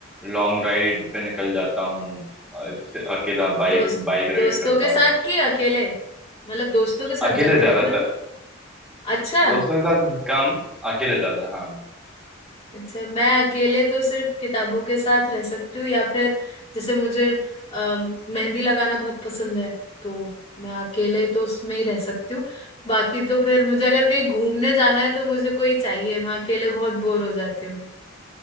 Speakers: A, in the centre; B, on the left.
A: लॉन्ग राइड पे निकल जाता हूँ और इससे अकेला बाइक
B: दोस्त
A: बाइक राइड
B: दोस्तों
A: करता
B: के
A: हूँ
B: साथ कि अकेले मतलब दोस्तों के साथ
A: अकेले
B: जाते
A: ज्यादातर
B: होगे ना अच्छा
A: दोस्तों के साथ कम अकेले ज्यादा हाँ
B: अच्छा मैं अकेले तो सिर्फ किताबों के साथ रह सकती हूँ या फिर जैसे मुझे अम, मेहंदी लगाना बहुत पसंद है तो मैं अकेले तो उसमें ही रह सकती हूँ बाकी तो फिर मुझे अगर कहीं घूमने जाना है तो मुझे कोई चाहिए मैं अकेले बहुत बोर हो जाती हूँ